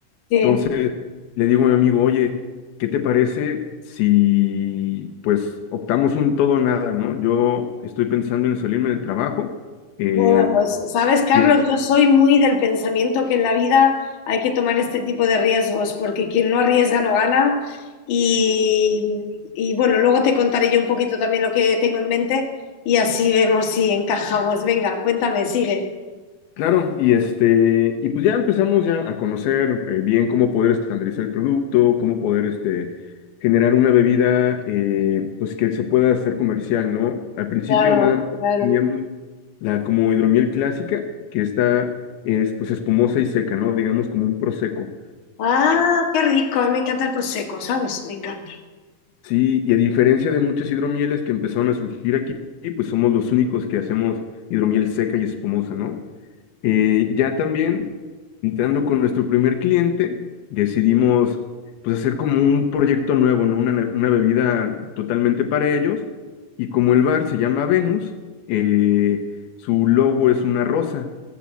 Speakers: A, on the left; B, on the left.
A: sí.
B: Entonces le digo a mi amigo, oye, ¿qué te parece si pues optamos un todo o nada, ¿no? Yo estoy pensando en salirme del trabajo. eh,
A: Bueno, pues sabes, Carlos,
B: y,
A: yo soy muy del pensamiento que en la vida hay que tomar este tipo de riesgos, porque quien no arriesga no gana. Y, y, bueno, luego te contaré yo un poquito también lo que tengo en mente y así vemos si encajamos. Venga, cuéntame, sigue.
B: claro, y este, y pues ya empezamos ya a conocer eh, bien cómo poder estandarizar el producto, cómo poder este, generar una bebida eh, pues que se pueda hacer comercial, ¿no? Al principio
A: Claro,
B: nada, más
A: claro.
B: teníamos la como hidromiel clásica, que está es pues espumosa y seca, ¿no? Digamos como un prosecco.
A: Ah, qué rico, a mí me encanta el prosecco, ¿sabes? Me encanta.
B: Sí, y a diferencia de muchas hidromieles que empezaron a surgir aquí, pues somos los únicos que hacemos hidromiel seca y espumosa, ¿no? Eh, ya también, entrando con nuestro primer cliente, decidimos pues hacer como un proyecto nuevo, ¿no? Una, ne- una bebida totalmente para ellos. Y como el bar se llama Venus, eh, su logo es una rosa.